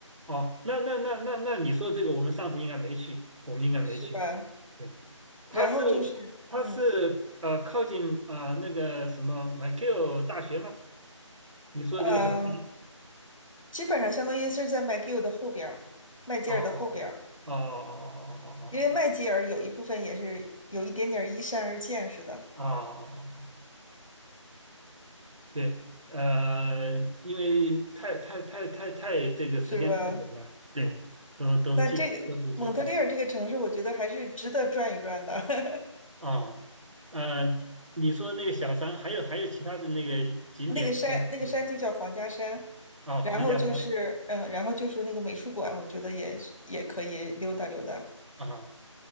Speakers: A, on the right; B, on the left.
A: 哦，那那那那那你说这个，我们上次应该没去，我们应该没去。
B: 是吧？
A: 对，它是它是呃靠近呃那个什么
B: 然后就是嗯
A: m i c 麦 l 大学吗？你说的这个小山？
B: 呃，基本上相当于是在麦吉尔的后边儿，麦吉尔的后哦边儿。
A: 哦哦哦哦
B: 因为麦吉尔有一部分也是有一点点依山而建似的，
A: 哦哦哦哦哦哦哦哦哦哦哦哦哦哦哦对，呃，因为太太太太太这个时间太久了，
B: 是吧？
A: 对，都都记不都这嗯
B: 那这个蒙特利尔这个城市，我觉得还是值得转一转的。
A: 啊，呃，你说那个小山，还有还有其他的那个景点是嗯
B: <laughs> 那个山，那个山就叫皇家山，
A: 啊，
B: 然后就是，
A: 黄家山
B: 嗯，然后就是那个美术馆，我觉得也也可以溜达溜达。<laughs>
A: 啊，